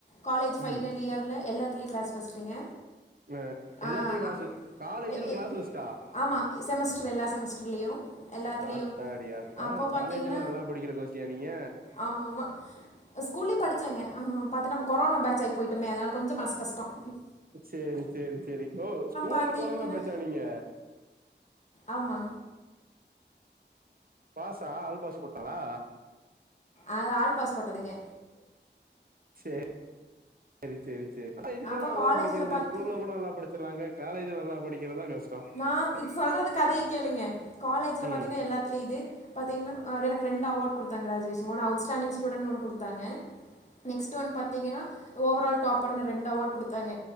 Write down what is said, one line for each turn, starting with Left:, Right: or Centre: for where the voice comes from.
Left: காலேஜ் ஃபைனல்
Right: ம்
Left: இயர்ல்ல எல்லாத்துலயும் கிளாஸ் ஃபஸ்ட்டுங்க
Right: வ
Left: ஆ
Right: எல்லாத்துலையும்
Left: அ
Right: காசு காலேஜ்ல
Left: எ எ
Right: கிளாஸ் ஃபஸ்ட்டா
Left: ஆமா செமஸ்டர் எல்லா செமஸ்டர்லயு எல்லாத்துலயும்
Right: ஆத்தாடி ஆத்தா
Left: அப்போ பாத்தீங்கன்னா
Right: காலேஜ்ல நல்லா படிக்கிற கோஷ்டியா நீங்க
Left: ஆமா ஆமா ஸ்கூல்லயே படிச் ங்க ஆ பாத்து நம்ம கொரோனா பேட்ச் ஆய் போயிட்டோமே அதனால கொஞ்சம் மனசு கஷ்டம்
Right: சேரி சேரி சேரி ஓ ஸ்கூல்ல
Left: பாத்தீங்கன்னா
Right: கொரோனா பேச்சா நீங்க
Left: ஆமா
Right: பாசா ஆல் பாஸ் போட்டானா
Left: அ ஆள் பாஸ் போட்டதுங்க
Right: சேரி சேரி சேரி சேரி காலேஜ்லயே
Left: அப்போ
Right: நல்லா
Left: காலேஜ்ல
Right: படிக்கிறது
Left: பாத்து
Right: ஸ்கூல்ல கூட நல்லா படிச் ச்சுறாங்க காலேஜ்ல நல்லா படிக்கிறதான் கஷ்
Left: நான் இப்ப சொல்றத கதைய கேளுங்க காலேஜ்ல
Right: ம்
Left: பாத்தீங்கன்னா எல்லாத்துலயும் இது பார்த்தங்கன்னா எனக்கு ரெண்டு அவார்ட் குடுத்தாங்க கிரஜுவேஷன் ஒன்னு அவுட்ஸ்டாண்டிங் ஸ்டூடண்ட் ஒன்னு குடுத்தாங்க நெக்ஸ்ட் ஒன் பாத்தீங்கன்னா ஓவரால் டாப்பர்னு ரெண்டு அவார்ட் குடுத்தாங்க